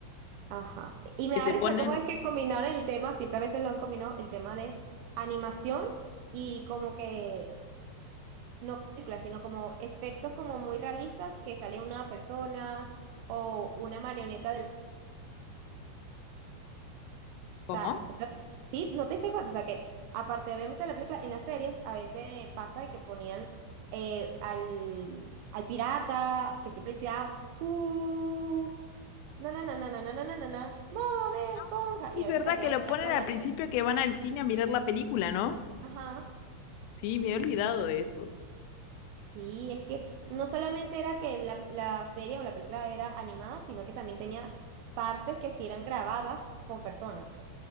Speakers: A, on the right (about 80°); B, on the left (about 80°).
A: Ajá. Y me
B: que
A: da
B: se
A: risa
B: ponen,
A: cómo es que combinaron el tema, siempre a veces lo han combinado, el tema de animación y como que, no películas, sino como efectos como muy realistas que sale una persona o una marioneta del... O
B: ¿cómo?
A: sea, eso- sí, no te diste cuenta, o sea que aparte obviamente de la película, en las series a veces pasa de que ponían eh, al, al pirata que siempre decía, uh, no, no, no, no, no, no, no, no, no, no, Bob
B: Ah,
A: Esponja,
B: Es
A: y a
B: verdad
A: veces salía
B: que lo
A: el pirata
B: ponen
A: hablando.
B: al principio que van al cine a mirar la película, ¿no?
A: Ajá.
B: Sí, me he olvidado de eso.
A: Sí, es que no solamente era que la, la serie o la película era animada, sino que también tenía partes que sí eran grabadas con personas